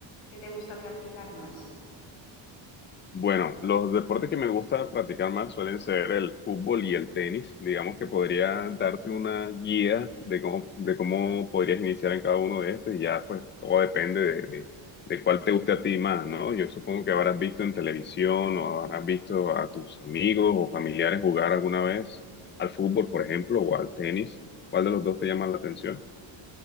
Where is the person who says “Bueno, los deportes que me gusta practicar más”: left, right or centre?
Left